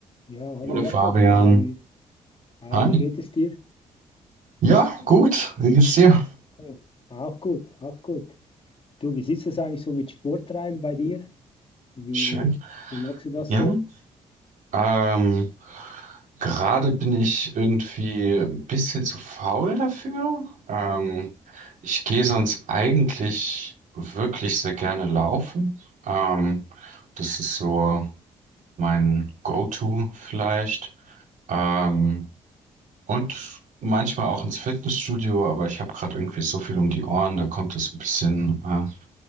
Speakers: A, on the left; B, on the right.
A: Ja, hallo
B: Hallo
A: Jakob.
B: Fabian.
A: Ähm, hi,
B: Hi.
A: wie geht es dir?
B: Ja, gut. Wie geht's dir?
A: Hm, Auch gut, auch gut. Du, wie sieht es eigentlich so mit Sporttreiben bei dir? Wie,
B: Schön.
A: wie magst du das
B: Ja.
A: so?
B: Ähm, gerade bin ich irgendwie ein bisschen zu faul dafür. Ähm, ich gehe sonst eigentlich wirklich sehr gerne laufen. Ähm, das ist so mein Go-To vielleicht. Ähm, und manchmal auch ins Fitnessstudio, aber ich habe gerade irgendwie so viel um die Ohren, da kommt es ein bisschen äh,